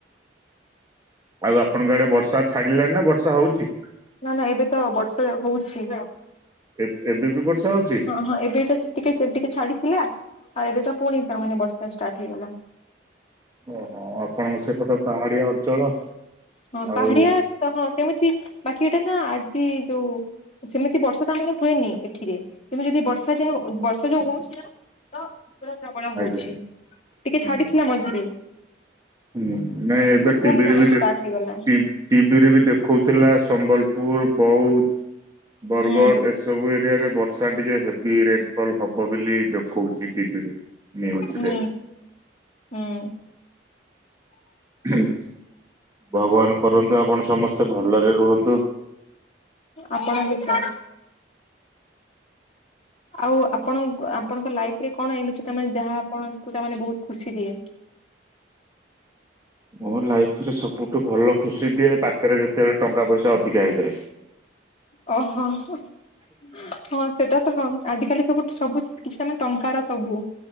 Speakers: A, on the right; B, on the left.
A: ଆଉ ଆପଣଙ୍କ ଆଡେ ବର୍ଷା ଛାଡିଲାଣିି ନା ବର୍ଷା ହୋଉଚି?
B: ନା ନା ଏବେ ତ ବର୍ଷା ହୋଉଛି।
A: ଏ-ଏବେ ବି ବର୍ଷା ହୋଉଛି।
B: ହଁ- ହଁ ଏବେ ତ ଟିକେ ଟିକେ ଛାଡିଥିଲା। ଆଉ ଏବେ ତ ପୁଣି ତା ମାନେ ବର୍ଷା ଷ୍ଟାର୍ଟ ହେଇଗଲା।
A: ଓହୋ ଆପଣଙ୍କ ସେପଟେ ପାହାଁଡିଆ ଅଞ୍ଚଳ।
B: ହଁ
A: ଆଉ
B: ପାହାଡିଆ ତ ହଁ କେମିତି? ବାକି ଏଟା ନା ଆଜି ଯୋଉ ସେମିତି ବର୍ଷା ତା ଆମର ହୁଏନି ଏଠିରେ। କିନ୍ତୁ ଯଦି ବର୍ଷା ଯେ ବର୍ଷା ଯୋଉ ହୋଉଛି ନା ତ ପୁରା ପ୍ରବଳ ହୋଉଛି,
A: ଆଜ୍ଞା
B: ଟିକେ
A: ହୁଁ
B: ଛାଡିଥିଲା ମଝିରେ।
A: ହୁଁ ନା ଏବେ ଟିବିରେ
B: ପୁଣି ତା ମାନେ
A: ବି
B: ଷ୍ଟାର୍ଟ
A: ଦେ
B: ହେଇଗଲା।
A: ଟିଭି ରେ ବି ଦେଖଉଥିଲା ସମ୍ବଲପୁର୍, ବୌଦ୍ଧ୍, ବର୍
B: ହୁଁ
A: ଗଡ଼ ଏ ସବୁ ଏରିଆରେ ବର୍ଷା ଟିକେ ହେଭି ରେନ୍ ଫଲ୍ ହବ ବୋଲି ଦେଖଉଛି ଟିଭିରେ ନ୍ୟୁଜରେ
B: ହୁଁ -ହୁଁ।
A: ଖୁମ୍ ଭଗବାନ କରନ୍ତୁ ଆପଣ ସମସ୍ତେ ଭଲରେ ରୁହନ୍ତୁ।
B: ଆପଣ ବି ସାର୍ ଆଉ ଆପଣ ଆପଣଙ୍କ ଲାଇଫ ରେ କଣ ଏମିତିକା ଯାହା ଆପଣଙ୍କୁମାନେ ବୋହୁତ୍ ଖୁସି ଦିଏ।
A: ମୋ ଲାଇଫ୍ ରେ ସବୁଠୁ ଭଲ ଖୁସି ଦିଏ, ପାଖରେ ଯେତେବେଳେ ଟଙ୍କା ପଇସା ଅଧିକା ହେଇଯାଏ।
B: ଓ ହଁ- ହଁ-ହଁ ସେଟା ତ ହଁ ଆଜିକାଲି ସବୁ ସବୁ କିଛିଟା ମାନେ ଟଙ୍କାର ସବୁ।